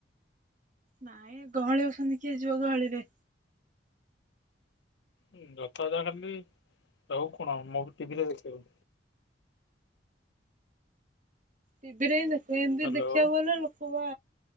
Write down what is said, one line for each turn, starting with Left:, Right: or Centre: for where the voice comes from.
Right: ନାଇଁ ଗହଳି ଅଛନ୍ତି କିଏ ଯିବ ଗହଳିରେ?
Left: ହଁ ରଥଯାତ୍ରା ଖାଲି ଆଉ କଣ ମୁଁ ଟିଭିରେ ଦେଖେଇବୁ?
Right: ଟିଭି ରେ ହିଁ ଦେଖି ତୁ ଏମିତି
Left: ହ୍ୟାଲୋ
Right: ଦେଖିବାକୁ
Left: ଆଉ
Right: ଗଲେ ଲୋକ ବା